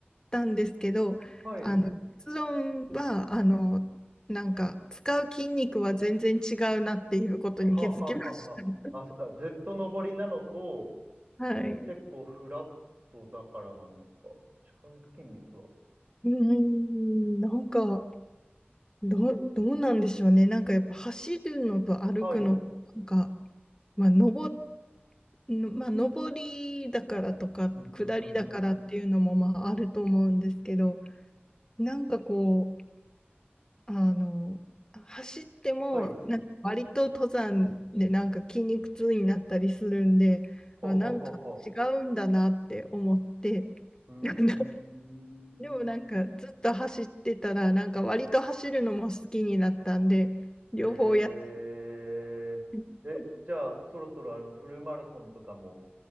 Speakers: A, on the left (about 20°); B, on the right (about 50°).
A: たんですけど、
B: い。
A: あの、結論は、あの、なんか、使う筋肉は全然違うなっていうことに気づきました。
B: はははは。あ、そっか。ずっと登りなのと、
A: <laughs> はい。う
B: 結構フラットだからなんですか。使う筋肉は。
A: ーん、なんか、どう、どうなんでしょうね。なんかやっぱ走るのと歩くの、
B: はい。
A: なんか、まあ、上のまあ、上りだからとか、
B: うん、
A: 下りだからっていうのも、
B: うん、うん、うん。
A: まあ、あると思うんですけど、なんかこう、あの、走っても、
B: はい。
A: なんか割と登山でなんか筋肉痛になったりするんで、
B: ほうほうほうほ
A: あ、なんか違うんだなって思って、
B: う。うーん。
A: <laughs> でもなんかずっと走ってたら、なんか割と走るのも好きになったんで、両方やって、
B: えー、
A: <laughs>
B: え、じゃあ、そろそろあの、フルマラソンとかも